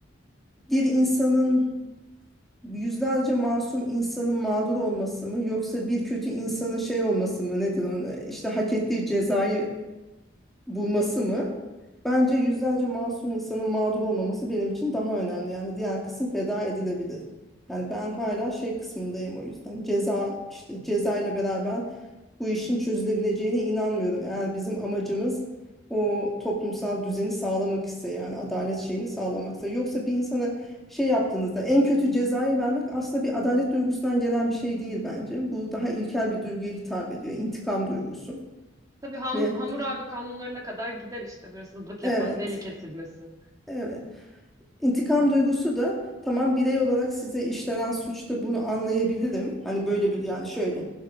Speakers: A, in the centre; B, on the right (about 20°).
A: bir insanın yüzlerce masum insanın mağdur olması mı yoksa bir kötü insanın şey olması mı nedir onun işte hak ettiği cezayı bulması mı? Bence yüzlerce masum insanın mağdur olmaması benim için daha önemli. Yani diğer kısım feda edilebilir. Yani ben hala şey kısmındayım o yüzden. Ceza işte ceza ile beraber bu işin çözülebileceğine inanmıyorum. Eğer bizim amacımız o toplumsal düzeni sağlamak ise yani adalet şeyini sağlamaksa. Yoksa bir insana şey yaptığınızda en kötü cezayı vermek aslında bir adalet duygusundan gelen bir şey değil bence. Bu daha ilkel bir duyguya hitap ediyor. İntikam duygusu.
B: Tabii ham,
A: Ve
B: Hammurabi kanunlarına kadar gider işte hırsızlık yapanın
A: evet.
B: eli kesilmesi.
A: Evet. İntikam duygusu da tamam birey olarak size işlenen suçta bunu anlayabilirim. Hani böyle bir yani şöyle